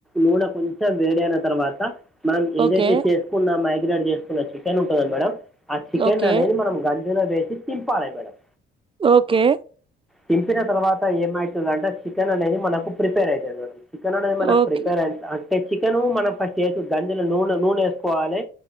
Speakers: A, in the centre; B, on the right.
A: నూనె కొంచెం వేడి అయిన తర్వాత మనం ఏదైతే
B: ఓకే
A: చేసుకున్న మైగ్రేట్ చేసుకున్న చికెన్ ఉంటుంద మేడం ఆ చికెన్
B: ఓకే
A: అనేది మనం గంజలో వేసి తింపాలి మేడం
B: ఓకే
A: దింపిన తర్వాత ఏమవుతుందంటే చికెన్ అనేది మనకు ప్రిపేర్ అవుతుంది మేడం చికెన్ అనేది మనకు
B: ఓకే
A: ప్రిపేర్ అయింది అంటే చికెన్ మనం ఫస్ట్ గంజలో నూనె నూనె వేసుకోవాలి